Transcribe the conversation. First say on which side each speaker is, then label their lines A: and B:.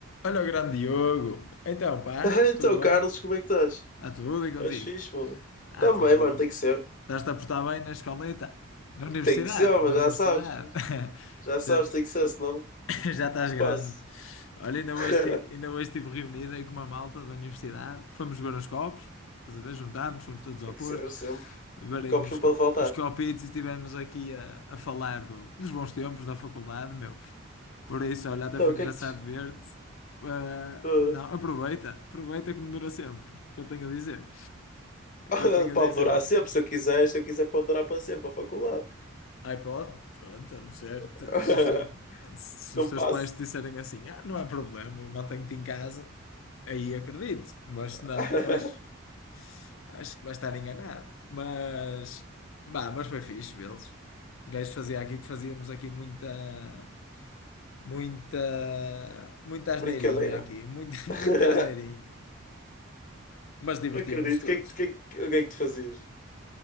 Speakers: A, on the left; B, on the left.
A: Olha o grande Diogo. Então, pá,
B: <laughs> Então,
A: tudo
B: Carlos,
A: bem?
B: como é que estás?
A: Ah, tudo e contigo?
B: Estás fixe, mano?
A: Ah,
B: Também,
A: tu
B: mano, tem que ser.
A: estás-te a portar bem na escoleta? Na universidade?
B: Tem que ser, mas
A: Na universidade?
B: já sabes.
A: <laughs>
B: Já sabes,
A: Já.
B: tem que ser, senão
A: <laughs> Já estás
B: não
A: grande.
B: passo.
A: Olha, ainda
B: <laughs>
A: hoje estive, ainda hoje estive reunido aí com uma malta da universidade. Fomos beber uns copos, estás a ver? Juntámos, fomos todos ao
B: Tem
A: Porto,
B: que ser, sempre.
A: beber aí
B: Copos
A: uns,
B: não pode
A: co-
B: faltar.
A: uns copitos e estivemos aqui a, a falar do- dos bons tempos da faculdade, meu. Por isso, olha, até
B: Então,
A: foi
B: o que
A: engraçado
B: é que
A: ver-te. Ah,
B: tu...
A: não, aproveita, aproveita que me dura sempre, o que eu tenho a dizer. O
B: <laughs>
A: que eu tenho
B: Pode
A: a dizer.
B: durar sempre, se eu quiser. Se eu quiser, pode durar para sempre, a faculdade.
A: iPod, pronto, a não ser, te-
B: <laughs>
A: se os, te- pronto, se- se
B: Não
A: os teus
B: passo.
A: pais te disserem assim, ah, não há problema, mantenho-te em casa, aí acredito, mas se não,
B: <laughs>
A: eu acho, acho que vai estar enganado. Mas, bah, mas foi fixe vê-los. O gajo fazia aqui, fazíamos aqui muita, muita, muita asneirinha
B: Brincadeira.
A: aqui, muita, <laughs>
B: <laughs>
A: muita asneirinha, mas divertíamos-nos
B: Acredito.
A: todos.
B: O que é que, o que é que- o que é que tu fazias?